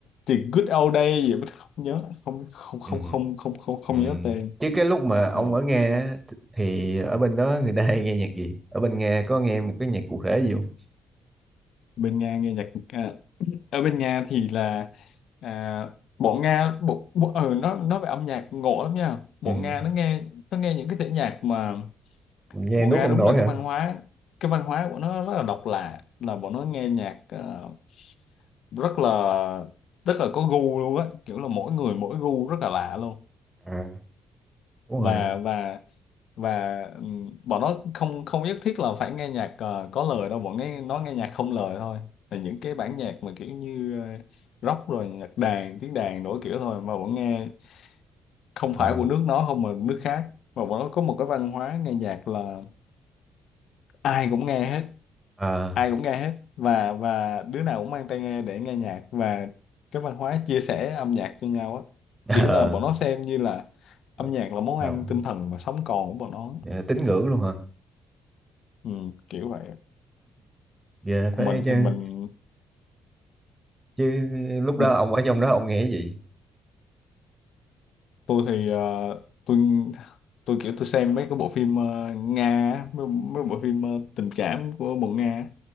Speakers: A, on the left (about 60°); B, on the right (about 20°).
A: The Good Old Day gì mà không nhớ không không không
B: ừ,
A: không không không không
B: ừ.
A: nhớ tên
B: chứ cái lúc mà ông
A: Ừ.
B: ở Nga á, thì ở bên đó người ta hay nghe nhạc gì ở bên Nga có nghe một cái nhạc cụ thể gì không
A: bên Nga nghe nhạc à, ở bên Nga thì là à, bọn Nga bộ, bộ ừ, nó nói về âm nhạc ngộ lắm nha bọn
B: ừ.
A: Nga nó nghe nó nghe những cái thể nhạc mà
B: nghe
A: bọn
B: nuốt
A: Nga
B: không
A: đúng
B: nổi
A: là
B: hả
A: cái văn hóa cái văn hóa của nó rất là độc lạ là bọn nó nghe nhạc ờ, rất là rất là có gu luôn á kiểu là mỗi người mỗi gu rất là lạ luôn
B: à đúng
A: và
B: rồi
A: và và ừm, bọn nó không không nhất thiết là phải nghe nhạc ờ, có lời đâu bọn nghe nó nghe nhạc không lời thôi là những cái bản nhạc mà kiểu như ờ, rock rồi nhạc đàn tiếng đàn đổi kiểu thôi mà bọn nghe không phải
B: à
A: của nước nó không mà nước khác và bọn nó có một cái văn hóa nghe nhạc là ai cũng nghe hết
B: ờ
A: ai cũng nghe hết và và đứa nào cũng mang tai nghe để nghe nhạc và cái văn hóa chia sẻ âm nhạc cho nhau á
B: ờ
A: kiểu là bọn nó xem như là âm
B: <laughs>
A: nhạc là món
B: đâu
A: ăn tinh thần mà sống còn của bọn nó
B: Ờ, tín ngưỡng luôn hả
A: ừ, kiểu vậy
B: ghê phải
A: mình
B: chứ
A: thì mình
B: chứ lúc đó
A: mình
B: ông ở trong đó ông nghe cái gì
A: tôi thì ờ, tôi tôi kiểu tôi xem mấy cái bộ phim ờ, Nga á, mấy, mấy bộ phim ờ, tình cảm của bộ Nga á.